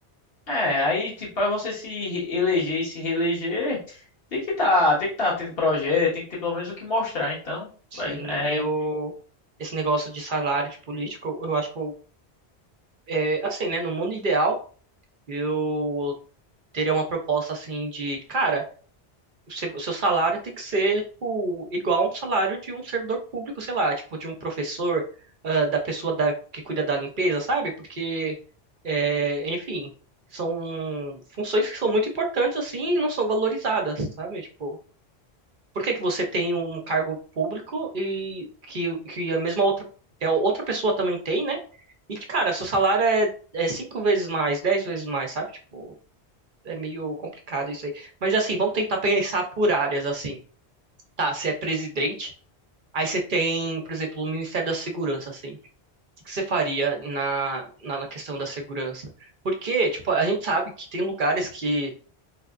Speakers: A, on the left (about 60°); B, on the right (about 55°).
A: É, aí, tipo, pra você se eleger e se reeleger, tem que tá, tem que tá tendo projeto, tem que ter pelo menos o que mostrar. Então,
B: Sim,
A: velho, é,
B: eu. Esse negócio de salário de político, eu acho que eu. É, assim, né? No mundo ideal, eu teria uma proposta assim de, cara, o seu o seu salário tem que ser tipo, igual a um salário de um servidor público, sei lá, tipo de um professor, ah, da pessoa da, que cuida da limpeza, sabe? Porque, é, enfim, são funções que são muito importantes assim e não são valorizadas, sabe? Tipo, por que que você tem um cargo público e que, que a mesma outra, que a outra pessoa também tem, né? E, cara, seu salário é, é cinco vezes mais, dez vezes mais, sabe? Tipo, é meio complicado isso aí. Mas assim, vamos tentar pensar por áreas, assim. Tá, você é presidente, aí você tem, por exemplo, o Ministério da Segurança, assim. O que você faria na, na, na questão da segurança? Porque, tipo, a gente sabe que tem lugares que